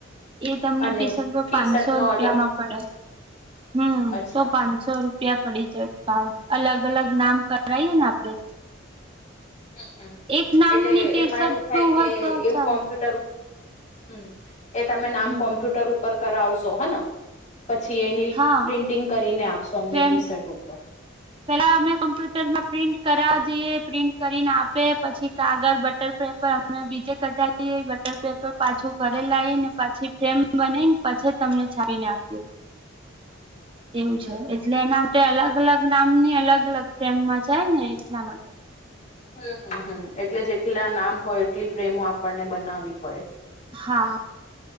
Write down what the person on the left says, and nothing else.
અને
ટી
શર્ટ નો
અલગ
અચ્છા
હમમ
એટલે
એમાં એવું થાય
કે
એવું
કોમ્પ્યુટર હમ એ તમે નામ
કોમ્પ્યુટર ઉપર કરાવશો હેને પછી એની
પ્રિન્ટિંગ કરીને આપશો અમને
ટી શર્ટ ઉપ
<inaudible>
હમ
હમ
હમ હમ હમ એટલે જેટલા નામ હોય એટલી ફ્રેમો આપણને બનાવવી પડે